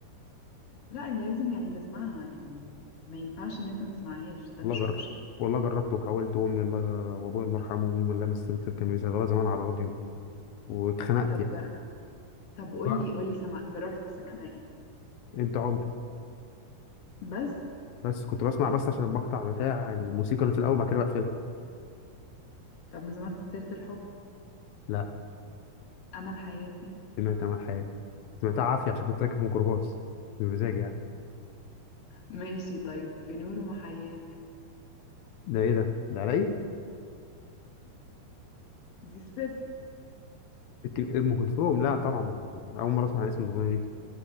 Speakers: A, on the left; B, on the left.
A: لا يعني لازم يعني تسمعها يعني ما ينفعش ان انت ما تسمعهاش ده
B: والله
A: مش اوبشن
B: جر والله جربت وحاولت وامي الله وابويا الله يرحمه وامي الله مسكت كانوا يشغلوها زمان على الراديو واتخنقت
A: طب
B: يعني
A: جرب طب قولي
B: جر-
A: قولي سمع... جربت تسمع لها ايه
B: انت عمري
A: بس
B: بس كنت بسمع بس عشان المقطع بتاع الموسيقى اللي في الاول بعد كده بقفلها
A: طب ما سمعت سيرة الحب
B: لا
A: أمل حياتي
B: سمعت امل حياتي سمعتها عافيه عشان كنت راكب في ميكروباص بمزاج يعني
A: ماشي طيب في نور محياك
B: ده ايه ده ده على ايه
A: دي الست
B: لكن ام كلثوم لا طبعا اول مره اسمع اسم الاغنيه دي